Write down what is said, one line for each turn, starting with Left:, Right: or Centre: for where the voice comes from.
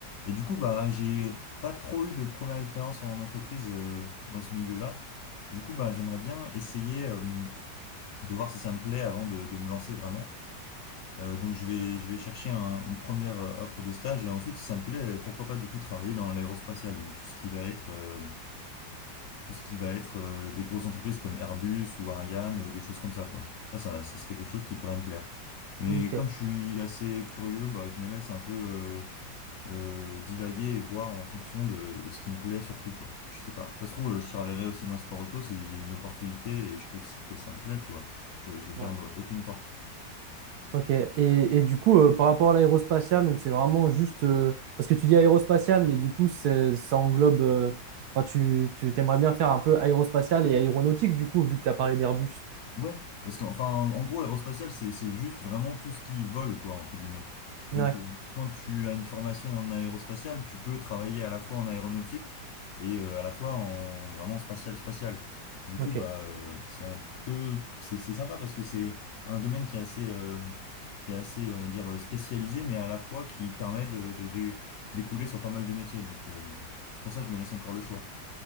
Left: Et du coup, bah j'ai pas trop eu de première expérience en entreprise euh, dans ce milieu-là. Du coup, bah j'aimerais bien essayer euh, de voir si ça me plaît avant de de me lancer vraiment. Euh, donc je vais, je vais chercher un- une première euh, offre de stage et ensuite, si ça me plaît, euh, pourquoi pas du coup travailler dans l'aérospatiale. Donc tout ce qui va être, euh, tout ce qui va être euh, des grosses entreprises comme Airbus ou Ariane ou des choses comme ça, quoi. Ça, ça, ça serait quelque chose qui pourrait me plaire. Mais
Right: euh Ok.
Left: comme je suis assez curieux, bah, je me laisse un peu euh, euh, divaguer et voir en fonction de, de ce qui me plaît surtout, quoi. Je sais pas. Ça se trouve, euh, je travaillerai aussi dans le sport auto si j'ai une opportunité et je trouve que ça me plaît, tu vois. Je, je ferme
Right: ouais.
Left: aucune porte.
Right: Ok. Et, et du coup, euh, par rapport à l'aérospatiale, donc c'est vraiment juste euh, parce que tu dis aérospatiale, mais du coup, c'est- ça englobe. euh, Enfin, tu, tu aimerais bien faire un peu aérospatiale et aéronautique, du coup, vu que tu as parlé d'Airbus.
Left: Ouais, parce qu'enfin, en en gros, aérospatial, c'est c'est juste vraiment tout ce qui vole, quoi, entre guillemets. Donc,
Right: Ouais.
Left: euh, quand tu as une formation en aérospatial, tu peux travailler à la fois en aéronautique et euh, à la fois en vraiment spatial, spatial. Du coup,
Right: Ok.
Left: bah, euh, c'est un peu, c'est c'est sympa parce que c'est un domaine qui est assez, euh, qui est assez, on va dire, euh, spécialisé, mais à la fois qui permet de, de dé- découler sur pas mal de métiers. Donc, euh, c'est pour ça que je me laisse encore le choix.